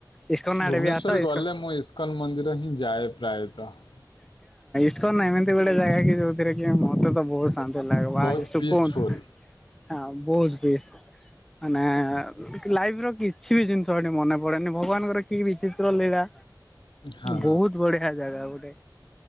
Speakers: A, in the centre; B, on the left.
A: ଇସ୍କନ ଆଡେ
B: ଭୁବନେଶ୍ୱର
A: ବି ଆସ ଇସ୍କ
B: ଗଲେ ମୁଁ ଇସ୍କନ ମନ୍ଦିର ହିଁ ଯାଏ ପ୍ରାୟତଃ।
A: ଇସ୍କନ୍ ନାହିଁ ଏମିତି ଗୋଟେ ଜାଗା କି ଯୋଉଥିରେ କି ମୋତେ ତ ବହୁତ କାନ୍ଦ ଲାଗ <unintelligible>
B: ବହୁତ
A: ସୁକୁନ
B: ପିସଫୁଲ୍
A: ହଁ ବହୁତ ବେଶ ମାନେ ଲାଇଫ ର କିଛି ବି ଜିନିଷ ଏଠି ମନେ ପଡେନି ଭଗବାନଙ୍କର କି ବିଚିତ୍ର ଲୀଳା।
B: ହଁ
A: ବହୁତ ବଢିଆ ଜାଗା ଗୋଟେ